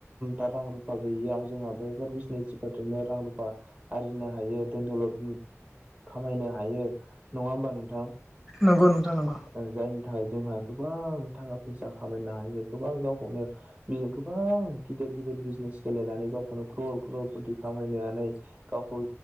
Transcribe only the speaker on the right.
दा रां रुफा गैयैयाव जोंहा बेफोर बिजनेसफोरजोंनो रां रुफा आरजिनो हायो दोन दलद खामायनो हायो नङा हबा नोंथां
ओ जायनि थाखाय जोंहा गोबां थाखा फैसा खामायनो हायो गोबां गावखौनो बि गोबां गिदिर गिदिर गिदिर बिजनेस गेलेनानै गावखौनो क्र क्र फथि खामायनानै गावखौ